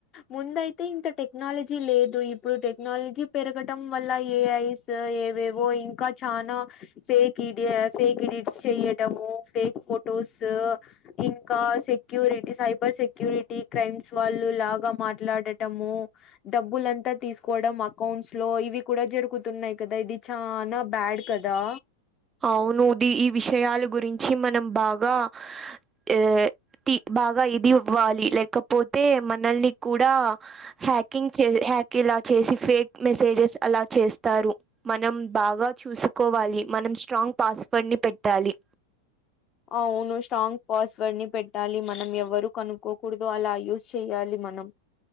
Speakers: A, on the left (about 30°); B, on the right (about 20°).
A: ముందయితే ఇంత టెక్నాలజీ లేదు ఇప్పుడు టెక్నాలజీ పెరగడం వల్ల ఏఐ ఏవేవో ఇంకా చనా ఫెకీడియా ఫేక్ ఎడిట్స్ చెయటము ఫేక్ ఫొటోస్ ఇంకా security cyber security crimes వాళ్ళు లాగా మాట్లాడటము డబ్బులంతా తీసుకోవడం అకౌంట్స్ లో ఇవి కూడా జరుగుతున్నాయి కదా ఇది చానా బ్యాడ్ కదా
B: అవునుది ఈ విషయలు గురించి మనం బాగా ఆ తి బాగా ఇది ఇవ్వాలి లేకపోతే మనల్ని కూడా హ్యాకింగ్ హ్యాక్ ఇలా చేసి ఫేక్ మెసేజెస్ అలా చేస్తారు మనం బాగా చూసుకోవాలి మనం స్ట్రాంగ్ పాస్వర్డ్ ని పెట్టాలి
A: అవును స్ట్రాంగ్ పాస్వర్డ్ ని పెట్టాలి మనం ఎవరు కనుక్కోకూడదు అలా యూస్ చేయాలి మనం